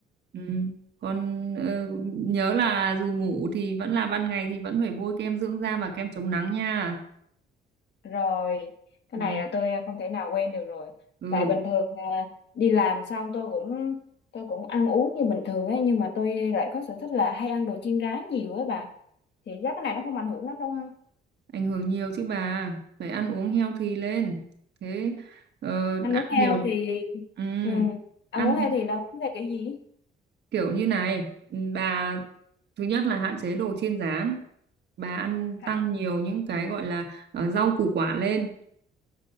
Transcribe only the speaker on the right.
ừ. Còn ờ, nhớ là dù ngủ thì vẫn là ban ngày thì vẫn phải bôi kem dưỡng da và kem chống nắng nha
ừ.
ừ
ảnh hưởng nhiều chứ bà phải ăn uống healthy lên thế ờ,
ăn
nhiều
ừ.
ăn
kiểu như này ừ, bà thứ nhất là hạn chế đồ chiên rán bà ăn
tăng nhiều những cái gọi là ờ, rau củ quả lên